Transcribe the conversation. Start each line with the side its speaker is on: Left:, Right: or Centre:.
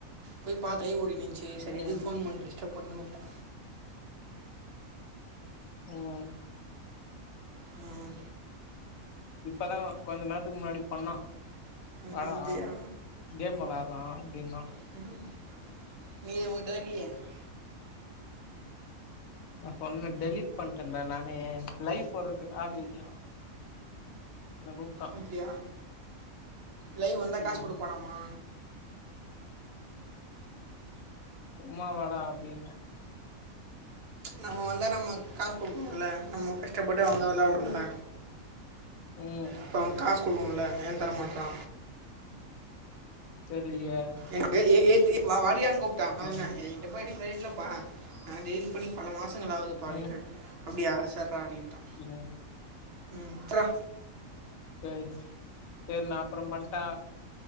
Right: போய் பாத்து லைவ் ஓடின்னிருந்துச்சு செரி
Left: ம்
Right: எதுக்கு ஃபோன் பண்ணடுச்சு டிஸ்டப் பண்ணனுனு வுட்டே
Left: ம்
Right: ம்
Left: இப்பதா கொஞ்ச நேரத்துக்கு முன்னாடி பண்ணா
Right: ஹம்,
Left: வாடா
Right: இதயா
Left: கேம் வெளாட்லா அப்டின்னா
Right: <unintelligible>
Left: நா சொன்ன டெலிட் பண்ணிட்டேன்டா நானு லைவ் போர்றதுக்கு ஆளு இல்லயா என்ன ப்ரோ
Right: அப்பிடியா லைவ் வந்தா
Left: ம்
Right: காசு குடுப்பானாமா
Left: சும்மா வாடா அப்பிடின்னா
Right: நம்ம வந்தா நம்ம காசு குடுக்கணுல்ல நம்ம கஷ் கஷ்டப்பட்டு அவனுக்கு வெளாட்றோல
Left: ம் ம்
Right: அப்ப அவ காசு குடுக்கணுல்ல ஏ தர மாட்றா
Left: தெர்லியே
Right: எனக்கு <unintelligible> கூப்பிட்டா அவன
Left: ம்
Right: <unintelligible> நா டெலிட் பண்ணி பல மாசங்கள் ஆவுதுபா அப்டின்ன
Left: ம்
Right: அப்டியா செர்றா அப்டின்ட்டா
Left: ம்
Right: ம் செர்றா
Left: சேர் சேர் நா அப்றோ பண்ட்டா